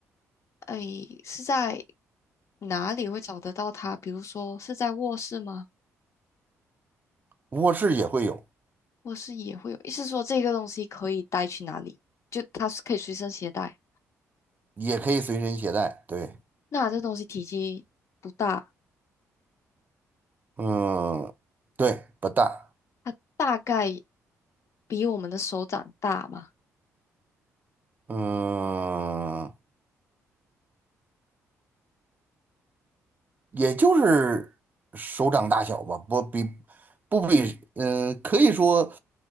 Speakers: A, on the left; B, on the right.
A: 哎，是在哪里会找得到它？比如说是在卧室吗？
B: 卧室也会有，
A: 卧室也会有，意思说这个东西可以带去哪里？就它是可以随身携带。
B: 也可以随身携带。对，
A: 那这东西体积不大，
B: 嗯，对，不大。
A: 它大概比我们的手掌大嘛，
B: 嗯，也就是手掌大小吧，不比不比，嗯、可以说